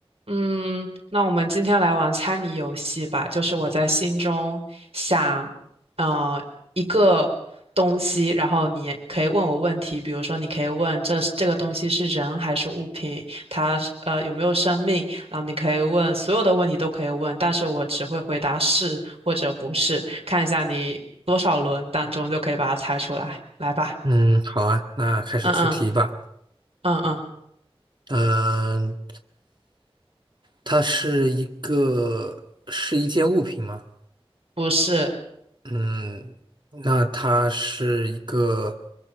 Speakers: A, on the right (about 75°); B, on the right (about 50°).
A: 嗯，那我们今天来玩猜谜游戏吧。就是我在心中想，呃，一个东西，然后你可以问我问题，比如说你可以问这这个东西是人还是物品，它是呃有没有生命，然后你可以问所有的问题都可以问，但是我只会回答是或者不是，看一下你多少轮当中就可以把它猜出来。来吧，
B: 嗯，好啊，那开始出题吧。
A: 嗯嗯嗯嗯，
B: 嗯，它是一个是一件物品吗？
A: 不是，
B: 嗯，那它是一个